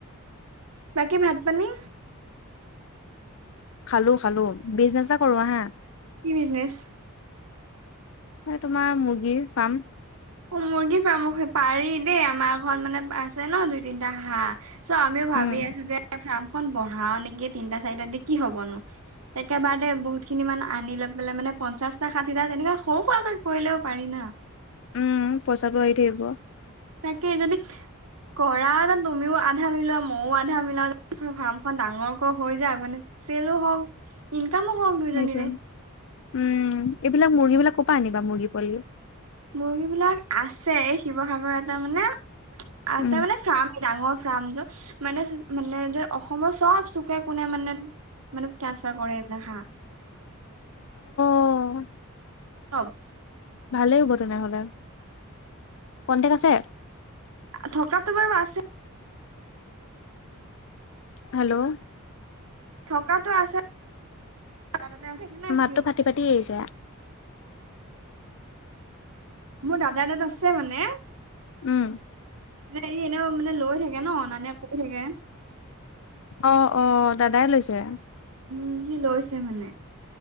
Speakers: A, on the right; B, on the left.
A: বাকী ভাত-পানী?
B: খালোঁ খালোঁ। বিজনেচে কৰোঁ আহা।
A: কি বিজনেছ?
B: হে তোমাৰ মুৰ্গীৰ ফাৰ্ম।
A: অ', মুৰ্গী ফাৰ্ম সে! পাৰি দেই, আমাৰ ঘৰত মানে আছে ন দুই তিনটা হাঁহ! চোৱা আমিও ভাবি
B: উম
A: আছোঁ যে, ফাৰ্মখন বঢ়াও নেকি! তিনটা চাৰিটা দি কি হবনো! একেবাৰেতে বহুত খিনি মান আনি লৈ পেলে, মানে পঞ্চাশটা ষাঠিটা। তেনেকে সৰু সুৰাকৈ কৰিলেও পাৰি না!
B: উম', পইচাটো আহি থাকিব।
A: তাকে যদি কৰাহেঁতেন তুমিও আধা মিলোৱা মইও আধা মিলাইছো, ফাৰ্মখন ডাঙৰকৈ হৈ যাওক মানে! চেলো হওঁক, ইনকামো হওক দুইজনীৰে।
B: সেইটোৱে উম', এইবিলাক মুৰ্গী বিলাক ক'ৰ পৰা আনিবা? মুৰ্গী পোৱালী?
A: মুৰ্গী বিলাক আছে। শিৱসাগৰৰ এটা মানে আৰু
B: উম
A: তাৰমানে ফাৰ্ম ডাঙৰ ফাৰ্ম য। মানে-মানে যে অসমৰ চব চুকে-কোনে মানে মানে ট্ৰান্সফাৰ কৰে এইবিলাক হা।
B: অ'।
A: অ'।
B: ভালেই হ'ব তেনেহ'লে। কন্টেক্ট আছে?
A: থকাতটো বাৰু আছে।
B: হেল্ল'
A: থকাটো আছে দাদাতে আছে ন
B: মাতটো
A: সিও
B: ফাটি
A: মানে
B: ফাটি আহিছে।
A: মোৰ দাদাৰ তাত আছে মানে!
B: উম
A: যে ই এনেও মানে লৈ থাকে ন আনা নিয়া কৰি থাকে
B: অ' অ' দাদাই লৈছে।
A: উম, সি লৈছে মানে।